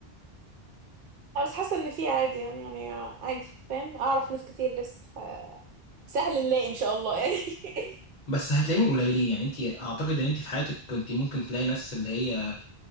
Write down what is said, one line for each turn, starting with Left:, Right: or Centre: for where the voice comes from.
Right: أنا بس حاسه ان في عادي يعني يعني عادي فاهم اعرف ناس كتير لسه ف- سهل نلاقي ان شاء الله يعني
Left: <clears throat>
Right: <laughs>
Left: بس هتلاقيهم قليلين يعني انت اعتقد ان انت في حياتك كنت ممكن تلاقي ناس اللي هي